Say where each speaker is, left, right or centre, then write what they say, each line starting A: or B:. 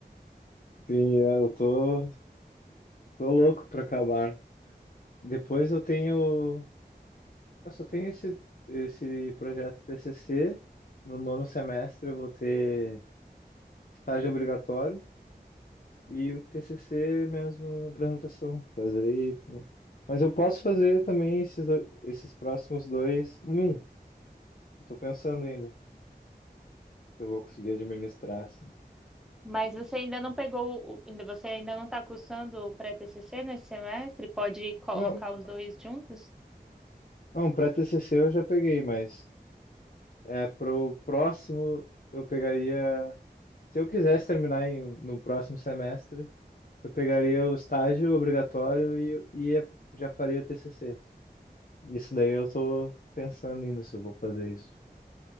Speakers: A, on the left; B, in the centre.
A: Sim, eu tô, tô louco para acabar. Depois eu tenho Eu só tenho esse, esse projeto TCC. No nono semestre eu vou ter estágio obrigatório e o TCC mesmo, apresentação. Fazer aí. também. Mas eu posso fazer também esses, do- esses próximos dois em um. Eu tô pensando ainda se eu vou conseguir administrar, assim.
B: Mas você ainda não pegou, o- ainda você ainda não está cursando o pré-TCC nesse semestre? Pode colocar
A: Não,
B: os dois juntos?
A: não, pré-TCC eu já peguei, mas é pro próximo eu pegaria... Se eu quisesse terminar em, no próximo semestre, Eu pegaria o estágio obrigatório e, e ia- já faria o TCC. Isso daí eu tô pensando ainda se eu vou fazer isso.